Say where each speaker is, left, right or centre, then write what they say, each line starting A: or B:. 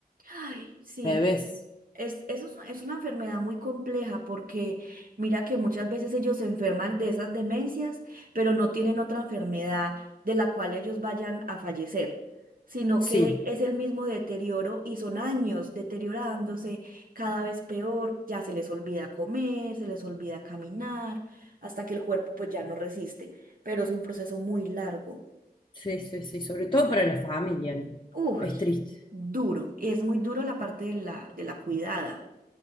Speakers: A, on the right; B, on the left.
A: Ay, sí.
B: bebés,
A: Es, eso es, es una enfermedad muy compleja porque mira que muchas veces ellos se enferman de esas demencias, pero no tienen otra enfermedad de la cual ellos vayan a fallecer, sino
B: sí,
A: que es el mismo deterioro y son años deteriorándose cada vez peor, ya se les olvida comer, se les olvida caminar, hasta que el cuerpo pues ya no resiste, pero es un proceso muy largo.
B: sí, sí, sí, sobre todo para la familia, ¿no?
A: Uy,
B: Es triste,
A: duro, es muy duro la parte de la, de la cuidada,